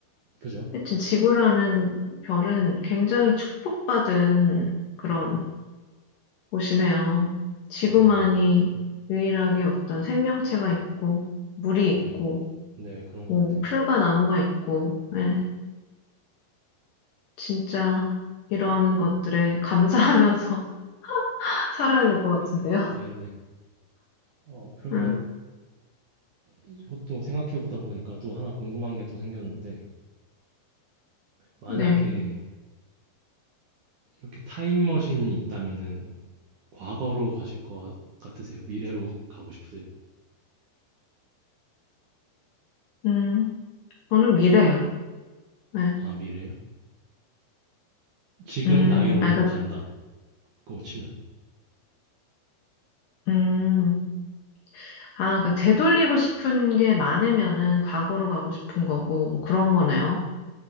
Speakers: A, on the right; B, on the left.
A: 그죠?
B: 하여튼 지구라는 별은 굉장히 축복받은 그런 곳이네요. 지구만이
A: 어, 그,
B: 유일하게 어떤 생명체가 있고, 물이 있고,
A: 네, 그- 네, 그런
B: 뭐,
A: 것 같아요.
B: 풀과 나무가 있고, 예, 진짜 이런 것들에 감사하면서 <laughs> 살아야 될 것 같은데요.
A: 네네. 어, 그러면
B: 음,
A: 이것도 생각해 보다 보니까 또 하나 궁금한 게 또 생겼는데, 만약에
B: 네.
A: 이렇게 타임머신이 있다면은, 과거로 가실 것 같으세요? 미래로 가고 싶으세요?
B: 음, 저는 미래요. 네.
A: 아, 미래요? 지금
B: 음,
A: 나이로
B: 아, 그,
A: 간다. 그거 치면.
B: 음. 아, 그러니까 되돌리고 싶은 게 많으면은 과거로 가고 싶은 거고, 뭐 그런 거네요.